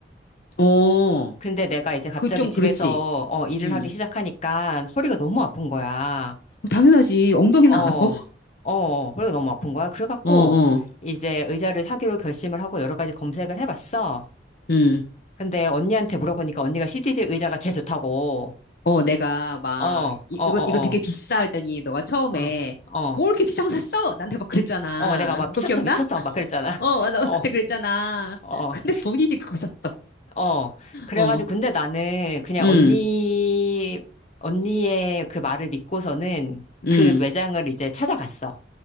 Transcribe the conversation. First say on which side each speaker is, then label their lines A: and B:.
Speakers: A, on the left (about 60°); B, on the left (about 40°).
A: 어,
B: 근데 내가 이제 갑자기
A: 그 좀
B: 집에서,
A: 그렇지.
B: 어, 일을
A: 음.
B: 하기 시작하니까 허리가 너무 아픈 거야.
A: 어, 당연하지. 엉덩이는
B: 어,
A: 안 아파? <laughs>
B: 어, 허리가 너무 아픈 거야. 그래갖고
A: 어, 어,
B: 이제 의자를 사기로 결심을 하고 여러 가지 검색을 해봤어.
A: 음.
B: 근데 언니한테 물어보니까 언니가 CDJ 의자가 제일 좋다고.
A: 어, 내가 막,
B: 어, 어,
A: 이,
B: 어, 어.
A: 이거, 이거 되게 비싸 했더니 너가 처음에
B: 어. 어.
A: 뭐 이렇게 비싼 거 샀어? 나한테 막 그랬잖아.
B: 어, 내가 막 미쳤어,
A: 그거 기억나?
B: 미쳤어, 막 그랬잖아.
A: 어, 어,
B: <laughs>
A: 나-
B: 어,
A: 나한테 그랬잖아.
B: 어,
A: 근데 본인이 그거 샀어.
B: 어. 그래가지고,
A: 어,
B: 근데 나는 그냥
A: 음,
B: 언니, 언니의 그 말을 믿고서는
A: 음,
B: 그 매장을 이제 찾아갔어.